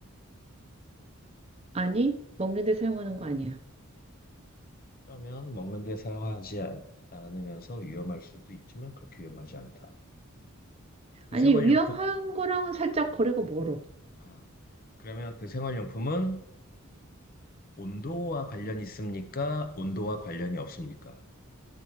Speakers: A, on the right; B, on the left.
A: 아니, 먹는 데 사용하는 거 아니야.
B: 그러면 먹는 데 사용하지 않, 않으면서 위험할 수도 있지만 그렇게 위험하지 않다. 그
A: 아니,
B: 생활용품
A: 위험한 거랑은 살짝 거리가 멀어.
B: 아, 그러면 그 생활용품은 온도와 관련이 있습니까? 온도와 관련이 없습니까?